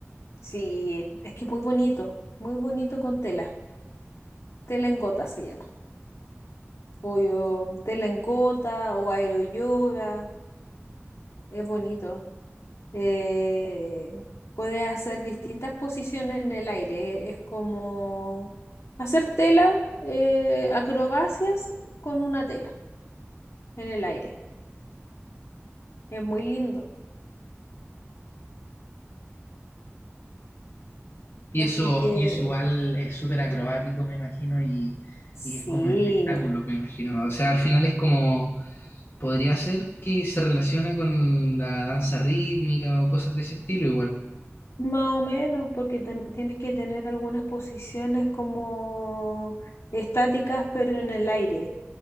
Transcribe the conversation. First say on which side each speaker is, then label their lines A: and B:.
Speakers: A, on the left; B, on the left.
A: Sí, es que muy bonito, muy bonito con tela. Tela en gota se llama. O yo- tela en gota o aeroyoga. Es bonito. eh, puedes hacer distintas posiciones en el aire. Es como hacer tela, eh, acrobacias con una tela en el aire. Es muy lindo.
B: Y
A: Así
B: eso,
A: que
B: y eso igual es súper acrobático, me imagino, y,
A: Sí,
B: y es como un espectáculo, me imagino. O sea, al final es como, podría ser que se relaciona con la danza rítmica o cosas de ese estilo igual.
A: más o menos, porque tam- tienes que tener algunas posiciones como estáticas, pero en el aire.